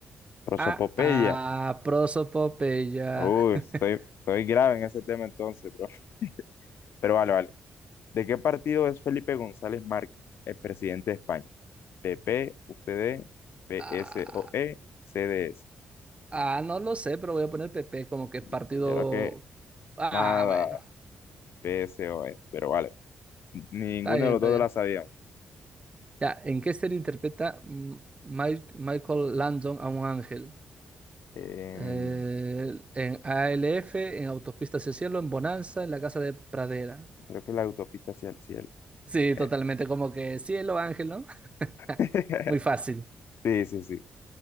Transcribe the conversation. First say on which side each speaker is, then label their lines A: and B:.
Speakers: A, on the left; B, on the right.
A: Rosopopeya.
B: Ah, ah, prosopopeya.
A: Uy,
B: <laughs>
A: estoy, estoy grave en ese tema entonces, bro. <laughs> Pero vale, vale. ¿De qué partido es Felipe González Márquez, el presidente de España? PP, UCD, PSOE,
B: Ah,
A: CDS.
B: ah, no lo sé, pero voy a poner PP como que
A: Yo
B: partido.
A: yo creo que
B: Ah,
A: nada,
B: bueno,
A: PSOE, pero vale. Ninguno
B: está bien,
A: de los
B: está
A: dos
B: bien.
A: la sabíamos.
B: Ya, ¿en qué serie interpreta mm, Mi- Michael Landon a un ángel?
A: Em,
B: Eh, en ALF, en Autopista hacia el Cielo, en Bonanza, en la Casa de Pradera.
A: creo que la autopista hacia el cielo.
B: Sí,
A: Eh,
B: totalmente como que cielo, ángel, ¿no? <laughs>
A: <laughs>
B: Muy fácil.
A: Sí, sí, sí.